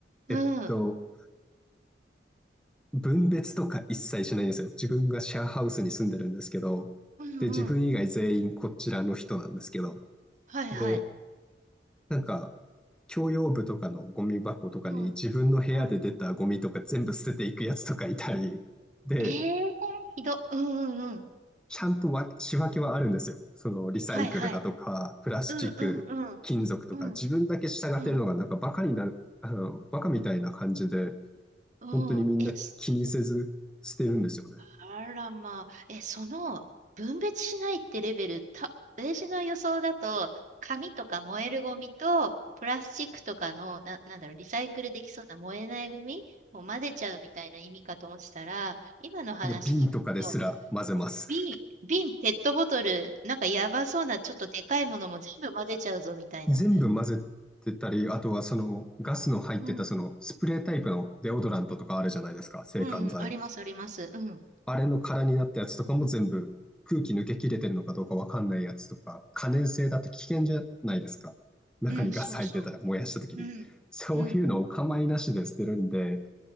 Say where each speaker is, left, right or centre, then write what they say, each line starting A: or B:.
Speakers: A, on the right; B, in the centre.
A: うん。
B: えっと、分別とか一切しないんですよ。自分がシェアハウスに住んでるんですけど、
A: うんうん。
B: で、自分以外全員こちらの人なんですけど、
A: はいはい。
B: で、なんか、共用部とかのゴミ箱とかに自分の部屋で出たゴミとか全部捨てていくやつとかいたり、
A: うんうん。
B: で、
A: ええー、ひど。うんうんうん。
B: ちゃんとわ仕分けはあるんですよ。そのリサイクルだとか、
A: はいはい。
B: プラスチック、
A: うんうんうん。
B: 金属とか、
A: うん
B: 自分だけ従ってるのがなんかバカになる、
A: うん。
B: あの、バカみたいな感じで、
A: うん。
B: 本当にみんな気にせず捨てるんですよね。
A: え、あらまあ、え、その分別しないってレベル、た、私の予想だと、紙とか燃えるゴミと、プラスチックとかの、な、なんだろう、リサイクルできそうな燃えないゴミを混ぜちゃうみたいな意味かと思ってたら、今の話聞くと、
B: いや、瓶とかですら混ぜます。
A: 瓶、瓶、ペットボトル、なんかやばそうな、ちょっとでかいものも全部混ぜちゃうぞみたいな。
B: 全部混ぜてたり、あとはそのガスの入ってたそのスプレータイプのデオドラントとかあるじゃないですか、
A: うん、
B: 制汗剤。
A: うん、あります、あります。うん、
B: あれの空になったやつとかも全部空気抜け切れてるのかどうかわかんないやつとか、可燃性だって危険じゃないですか。中にガス入ってたら燃やした時に。
A: うん、そうそう。うん、
B: <laughs> そういうのをお構いなしで捨てるんで、
A: うん。